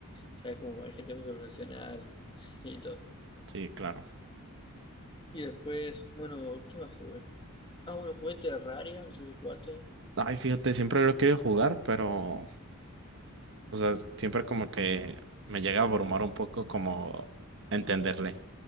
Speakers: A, on the left; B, on the right.
A: Ya es como, hay gente muy profesional y todo.
B: Sí, claro.
A: Y después, bueno, ¿qué más jugué? Ah, bueno, jugué Terraria, no sé si jugaste.
B: Ay, fíjate, siempre lo quiero jugar, pero O sea, siempre como que me llega a abrumar un poco como entenderle.